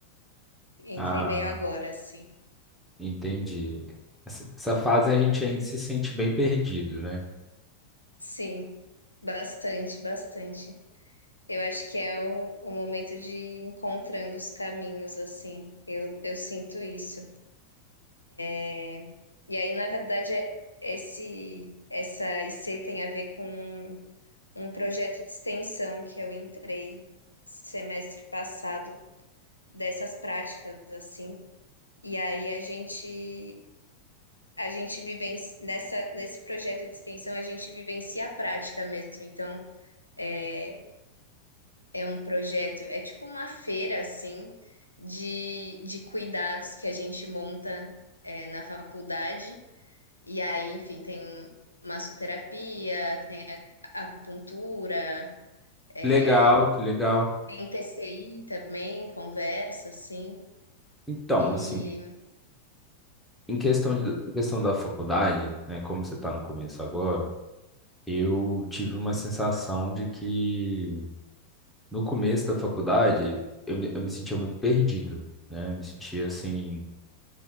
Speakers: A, on the left (about 85°); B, in the centre.
A: Entrei
B: Ah,
A: meio agora, assim.
B: entendi. Essa, essa fase a gente ainda se sente bem perdido, né?
A: Sim, bastante, bastante. Eu acho que é o, o momento de ir encontrando os caminhos, assim. Eu, eu sinto isso. É, E aí, na verdade, é- esse, essa IC tem a ver com um projeto de extensão que eu entrei semestre passado, dessas práticas, assim. E aí a gente. A gente vivencia, nessa, nesse projeto de extensão, a gente vivencia a prática mesmo. Então, é, É um projeto, é tipo uma feira, assim, de, de cuidados que a gente monta, é, na faculdade. E aí, enfim, tem massoterapia, tem a- acupuntura, é,
B: Legal, que legal.
A: tem TCI também, conversa, assim.
B: Então,
A: E.
B: assim, em questão de, em questão da faculdade, né, como você está no começo agora, eu tive uma sensação de que no começo da faculdade eu, me- eu me sentia muito perdido, né? Eu me sentia assim